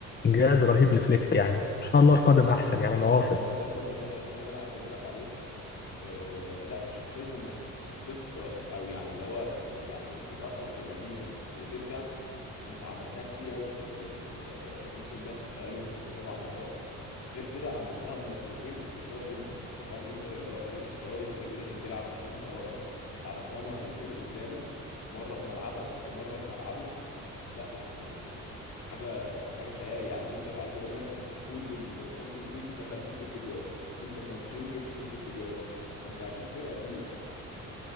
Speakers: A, on the left (about 35°); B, on the left (about 60°).
A: إنجاز رهيب لفليك يعني إن شاء الله القادم أحسن يعني
B: ايوه
A: أنا واثق
B: هو م- برضو موضوع الشخصيه ده انا عايز اقول لك عليه آه لا شخصيه انك تخسر او يعني اللي هو الف- يعني تتاخر في النتيجه وترجع انت عملتها كتير قوي الموسم ده مش اقل من ست سبع مرات غير كده عملتها مرتين قصاد انتر انت فاهم انتر اللي هو فريق ايطالي فريق رخم بيلعب بخمسه ورا انت عملتها مرتين قدامه مره في ملعبك ومره في ملعبه لا يعني حاجه حاجه خيال يعني انتر عايز اقول لك طول الشامبيونز ليج دخل فيه ست جوان انت في ماتشين جبت فيه ست جوان فانت اكيد فرقه تقيله